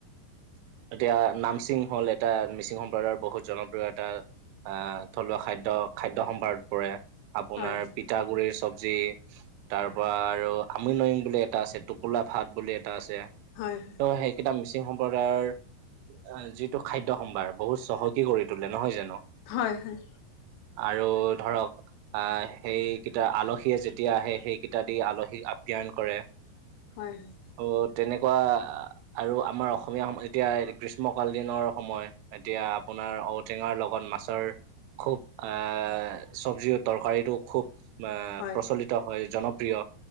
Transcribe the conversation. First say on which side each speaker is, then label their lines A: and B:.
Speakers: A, on the right; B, on the left.
A: এতিয়া নামচিং হ'ল এটা মিচিং সম্প্ৰদায়ৰ বহুত জনপ্ৰিয় এটা আহ থলুৱা খাদ্য খাদ্যয় সম্ভাৰত পৰে আপোনাৰ
B: হয়
A: পিঠাগুৰিৰ চব জি তাৰ পৰা আৰু আমনইং বুলি এটা আছে, টোপোলা ভাট বুলি এটা আছে
B: হয় হয়
A: অ সেকেটা মিচিং সম ম্প্ৰদায়ৰ যিটো খাদ্য সম্ভাৰ বহুত চহকী কৰি তোলে নহয় জানোঁ
B: হয় হয়
A: আৰু ধৰক আহ সেইকেইটা আলহীয়ে যেতিয়া আহে, সেইকেইটা দি আলহীক আপ্যায়ন কৰে
B: হয় হয়
A: অ তেনেকুৱা আৰু আমাৰ অস অসমীয়া সম এতিয়া গ্ৰীষ্মকাল দিনৰ সময় এতিয়া আপোনাৰ ঔটেঙাৰ লগত মাছৰ খুব এ চব্জিও তৰকাৰীটো খুব মে
B: হয়
A: প্ৰচলিত হয়, জনপ্ৰিয়